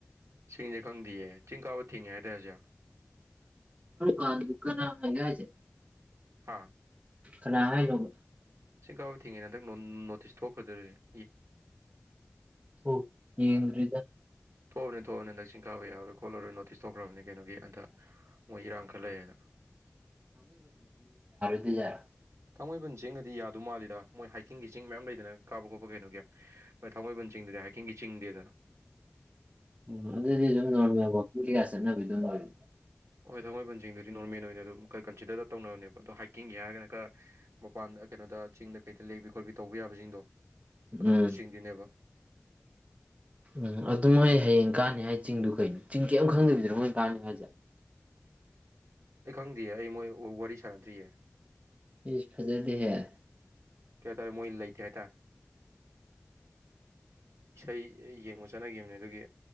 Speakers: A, on the right (about 85°); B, on the right (about 30°).
A: ꯁꯤꯡꯁꯦ ꯈꯪꯗꯦꯌꯦ ꯆꯤꯡ ꯀꯥꯕ ꯊꯤꯡꯉꯦ ꯍꯥꯏꯇꯥꯔꯖꯤꯛ
B: ꯀ ꯀ ꯂ ꯀꯅꯥꯒꯦ
A: ꯍꯥꯥ
B: ꯀꯅꯥ ꯍꯥꯏꯅꯣꯕ
A: ꯆꯤꯡ ꯀꯥꯕ ꯊꯤꯡꯉꯦ ꯍꯟꯗꯛ ꯅꯣꯇꯤꯁ ꯊꯣꯛꯈ꯭ꯔꯗꯣꯔꯤꯗꯤ
B: ꯍ ꯌꯦꯟꯔꯤꯗ
A: ꯊꯣꯛꯑꯅꯤ ꯊꯣꯛꯑ ꯍꯟꯗꯛꯤꯡ ꯀꯥ ꯌꯥꯔꯣꯏ ꯈꯣꯠꯂꯔꯣꯏ ꯅꯣꯇꯤꯁ ꯊꯣꯛꯈ꯭ꯔꯕꯅꯤ ꯀꯩꯅꯣꯒꯤ ꯑꯟꯗ ꯃꯣꯏ ꯏꯔꯥꯡ ꯈꯜꯂꯛꯑꯦꯅ
B: ꯑꯗꯨꯒꯕꯤꯖꯔ
A: ꯊꯥꯡꯃꯩꯕꯟ ꯆꯤꯡꯒꯗꯤ ꯌꯥꯗꯣꯏ ꯃꯥꯜꯂꯤꯗ ꯃꯣꯏ ꯍꯥꯏꯀꯤꯡꯒꯤ ꯆꯤꯡ ꯃꯌꯥꯝ ꯂꯩꯗꯅ ꯀꯥꯕ ꯈꯣꯠꯄ ꯀꯩꯅꯣꯒꯤ ꯍꯣꯏ ꯊꯥꯡꯃꯕꯟꯁꯤꯡꯗꯨꯗꯤ ꯍꯥꯏꯀꯤꯡꯒꯤ ꯆꯤꯡꯤꯡ ꯗꯦꯗꯔ
B: ꯑꯣ ꯑꯗꯨꯗꯤ ꯑꯗꯨꯝ ꯅꯃꯦ ꯀꯌꯥꯁ ꯅꯕꯤ ꯑꯗꯨꯝ ꯑꯣꯏ
A: ꯍꯣꯏ ꯊꯥꯡꯃꯩꯕꯟꯁꯤꯡꯗꯨꯗꯤ ꯅꯣꯔꯃꯦꯜ ꯑꯣꯏꯅ ꯑꯗꯨꯝ ꯈꯔ ꯀꯟꯁꯤꯗꯔꯗ ꯇꯧꯅꯕꯅꯦꯕ ꯑꯗꯣ ꯍꯥꯏꯀꯤꯡꯒꯤ ꯍꯥꯏꯔꯒꯅ ꯈꯔ ꯃꯄꯥꯟꯗ ꯀꯩꯅꯣꯗ ꯆꯤꯡꯗ ꯀꯩꯗ ꯂꯦꯛꯄꯤ ꯈꯣꯠꯄꯤ ꯇꯧꯕ ꯌꯥꯕꯁꯤꯡꯗꯣ
B: ꯎꯝ
A: ꯑꯗꯨꯝꯕ ꯑꯗꯨ ꯆꯤꯡꯗꯣꯏꯅꯦꯕ
B: ꯎꯝ ꯑꯗꯨ ꯃꯣꯏ ꯍꯌꯦꯡ ꯀꯥꯟꯅꯤ ꯍꯥꯏ ꯆꯤꯡꯗꯨ ꯀꯩꯅꯣ ꯆꯤꯡ ꯀꯔꯤꯝ ꯈꯪꯗꯕꯤꯗꯔ ꯃꯣꯏ ꯀꯥꯅꯤ ꯍꯥꯏꯁꯦ
A: ꯑꯩ ꯈꯪꯗꯦꯌꯦ ꯑꯩ ꯃꯣꯏ ꯋꯥꯔꯤ ꯁꯥꯟꯅꯗ꯭ꯔꯤꯌꯦ
B: ꯏ ꯐꯖꯗ ꯍꯥꯏ
A: ꯀ ꯇꯔ ꯃꯏꯜ ꯂꯣꯏꯇ ꯇ ꯏꯁꯩ ꯌꯦꯡꯉꯣ ꯆꯠꯅꯈꯤꯕꯅꯦ ꯑꯗꯨꯒꯤ